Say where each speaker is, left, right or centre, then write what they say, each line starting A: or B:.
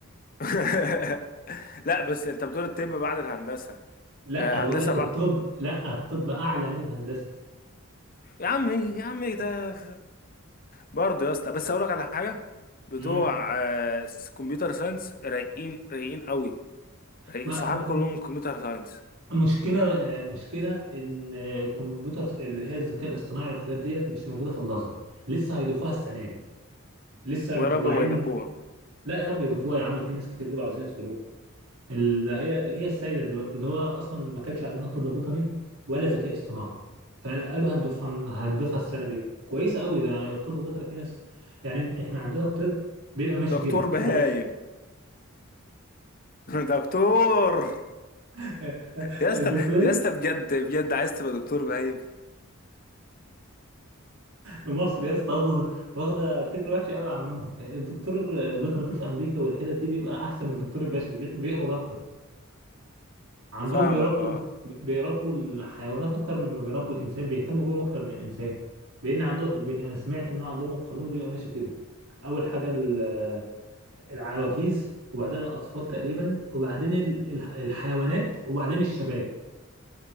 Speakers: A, on the left; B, on the right.
A: <laughs> لا بس انت بتقول الطب بعد الهندسه
B: لا
A: آه،
B: بقول
A: هندسه
B: لك
A: بقى
B: الطب لا الطب اعلى من الهندسة
A: يا عمي يا عمي ده برضه يا اسطى بس اقول لك على حاجه بتوع
B: امم
A: آه، كمبيوتر ساينس رايقين رايقين قوي رايقين
B: ما
A: صحابي
B: ب- م-
A: كلهم كمبيوتر ساينس
B: مشكلة آه، مشكلة ان الكمبيوتر اللي هي الذكاء الاصطناعي والحاجات ديت مش موجودة في الازهر لسه هيضيفوها السنة دي لسه
A: ويا
B: مطلعين
A: رب ما يدبوها
B: لا يا رب يضيفوها يا عم في ناس كتير بيبقوا عاوزين يدخلوها ال- ده هي هي السيدة دلوقتي ده هو أصلا ما كانش عندنا طب بيطري ولا ذكاء اصطناعي فقالوا هنضيفها هنضيفها السنة دي كويسة قوي ده الطب البيطري في ناس يعني احنا عندنا الطب بيبقى ماشي
A: دكتور
B: كده الطب
A: بهايم
B: باشا
A: <laughs> دكتور <laughs>
B: <laughs>
A: يا
B: الدكتور
A: اسطى يا اسطى بجد بجد عايز تبقى دكتور بهايم
B: مصر يا اسطى واخده واخده فكره وحشه قوي عنهم الدكتور البيطري دي في امريكا والحتت دي بيبقى احسن من الدكتور البشري بيخ- بيقبض اكتر عندهم
A: فاهمك
B: بيربوا
A: اه
B: بيربوا الحيوانات اكتر مما بيربوا الانسان بيهتموا بيهم اكتر من الانسان لان عندهم ب- أنا سمعت ان هو عندهم القانون بيبقى ماشي كده اول حاجه ال- العواجيز وبعدين الاطفال تقريبا وبعدين ال- الح- الحيوانات وبعدين الشباب